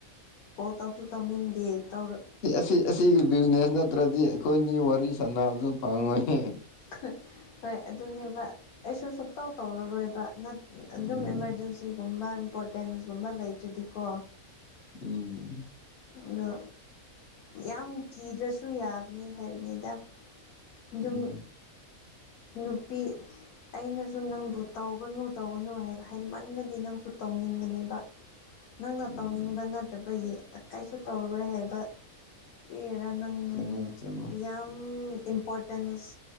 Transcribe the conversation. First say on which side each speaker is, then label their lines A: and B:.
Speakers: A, on the left; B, on the left.
A: ꯀ‌ꯣꯜ ꯇꯧꯁꯨ ꯇꯧꯅꯤꯡꯗꯦ ꯇꯧꯔ
B: ꯁꯤ ꯑꯁꯤꯒꯤ ꯕꯤꯖꯤꯅꯦꯁ ꯅꯠꯇ꯭ꯔꯗꯤ ꯑꯩꯈꯣꯏꯅꯤ ꯋꯥꯔꯤ ꯁꯥꯟꯅꯕꯁꯨ ꯐꯪꯉꯣꯏꯅ‌ꯦ
A: <unintelligible> ꯍꯣꯏ ꯑꯗꯨꯅꯦꯕ ꯑꯩꯁꯨ ꯁꯨꯛꯇꯧ ꯇꯧꯔꯔꯣꯏꯕ ꯅꯠ
B: ꯎꯝ
A: ꯑꯗꯨꯝ ꯏꯃꯥꯔꯖꯦꯟꯁꯤ ꯁꯤꯒꯨꯝꯕ ꯏꯝꯄꯣꯔꯇꯦꯟꯁꯒꯨꯝꯕ ꯂꯩꯇ꯭ꯔꯗꯤꯀꯣ
B: ꯎꯝ
A: ꯑꯗꯣ ꯌꯥꯝ ꯀꯤꯗ꯭ꯔꯁꯨ ꯌꯥꯕꯅꯤ ꯍꯥꯏꯕꯅꯤꯗ ꯑꯗꯨꯝ
B: ꯎꯝ
A: ꯅꯨꯄꯤ ꯑꯩꯅꯁꯨ ꯅꯪꯕꯨ ꯇꯧꯒꯅꯨ ꯇꯧꯒꯅꯨ ꯍꯥꯏ ꯍꯥꯏ ꯃꯟꯂꯗꯤ ꯅꯪꯁꯨ ꯇꯧꯅꯤꯡꯒꯅꯦꯕ
B: <inaudible>
A: ꯅꯪꯅ
B: ꯎꯝ
A: ꯇꯧꯅꯤꯡꯕ ꯅꯠꯇ꯭ꯔꯕꯒꯤ ꯀꯩꯁꯨ ꯇꯧꯔꯔꯣꯏ ꯍꯥꯏꯕ ꯀꯔꯤꯔꯥ ꯅꯪ
B: ꯆꯨꯝꯃꯦ ꯆꯨꯝꯃꯦ
A: ꯌꯥꯝ ꯏꯝꯄꯣꯔꯇꯦꯟꯁ